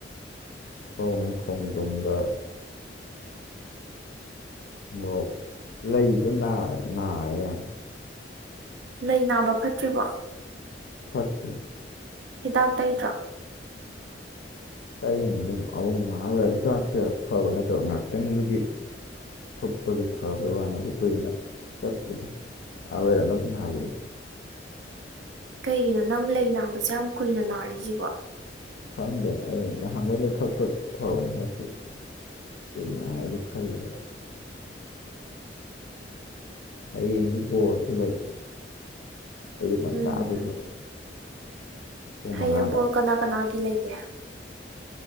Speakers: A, on the left (about 65°); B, on the right (about 80°).
A: ꯈꯣꯡ ꯈꯣꯡꯗꯨꯝꯕ ꯃꯣꯔꯣꯛ ꯂꯩꯗꯣ ꯅꯥꯔꯦ ꯌꯥꯝ
B: ꯂꯩ ꯅꯥꯕ ꯐꯠꯇ꯭ꯔꯤꯕꯣ
A: ꯐꯠꯇ
B: ꯍꯤꯗꯥꯛ ꯇꯩꯇ꯭ꯔꯥ
A: ꯑꯩꯅ ꯑꯗꯨꯝ ꯑꯍꯣꯡ ꯉꯥꯛꯂꯒ ꯍꯤꯇꯥꯛꯁꯦ ꯐꯕ ꯅꯠꯇꯕ ꯉꯥꯛꯇꯪꯗꯨꯒꯤ ꯊꯨꯞꯄꯒꯤ ꯐꯥꯕꯩ ꯋꯥꯅꯤꯗ ꯀꯨꯏꯅ ꯆꯠꯄꯗ ꯑ ꯌꯥꯝ ꯑꯗꯨꯝ
B: ꯀꯩꯒꯤꯅꯣ ꯅꯪ ꯂꯩ ꯅꯥꯕꯁꯦ ꯌꯥꯝ ꯀꯨꯏꯅ ꯅꯥꯔꯤꯁꯤꯕꯣ
A: ꯈꯪꯗꯦ ꯑꯩ ꯅꯍꯥꯟꯈꯩꯗ ꯐ ꯐꯕꯅꯦ ꯍꯟꯗꯛꯇꯤ ꯀꯣꯏꯅ ꯂ ꯈꯔꯔꯤ ꯑꯩꯌꯦꯗꯤ ꯣꯜꯗ ꯂꯩ ꯑꯌꯨꯛ ꯉꯟꯇꯥꯗꯨꯁꯨ
B: ꯎꯝ
A: ꯄꯨꯡ
B: ꯍꯌꯦꯡꯕꯨꯣꯜ
A: ꯃꯉꯥꯗ
B: ꯀꯅꯥ ꯀꯅꯥꯒꯤ ꯂꯩꯒꯦ